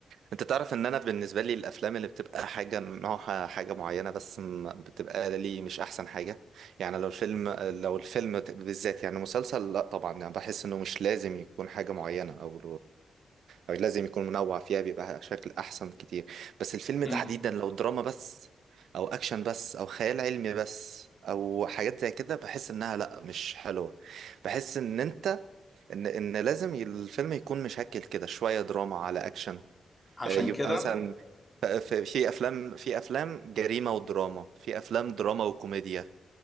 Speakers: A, on the right; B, on the left.
A: انت تعرف ان انا بالنسبه لي الافلام اللي بتبقى حاجه نوعها حاجه معينه بس م- بتبقى لي مش احسن حاجه يعني لو الفيلم لو الفيلم ت- بالذات يعني مسلسل لا طبعا يعني بحس انه مش لازم يكون حاجه معينه او او لازم يكون منوع فيها بيبقى شكل احسن كتير بس الفيلم
B: مم.
A: تحديدا لو دراما بس او اكشن بس او خيال علمي بس او حاجات زي كده بحس انها لا مش حلوه بحس ان انت ان ان لازم ي- الفيلم يكون مشكل كده شويه دراما على اكشن
B: عشان
A: آه، يبقى
B: كده
A: مثلا ف- ف- في افلام في افلام جريمه ودراما في افلام دراما وكوميديا